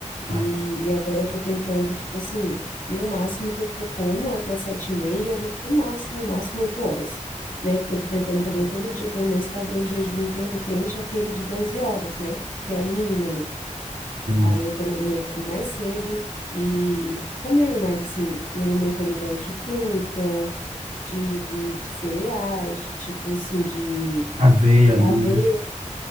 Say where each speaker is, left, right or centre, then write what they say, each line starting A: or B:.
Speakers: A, on the right (about 90°); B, on the left (about 80°).
A: a,
B: E, e agora eu tô tentando, tipo assim, no máximo que eu como até sete e meia, no máximo, no máximo oito horas. Né? Porque eu tô tentando também todo dia, pelo menos, fazer o jejum intermitente, aquele de 12 horas, né? Que é o mínimo ali.
A: sim,
B: Aí eu estou me alimentando mais cedo e comendo mais, assim, me alimentando mais de fruta, de, de, de cereais, de tipo assim, de
A: a veia
B: é,
A: ali,
B: aveia,
A: né?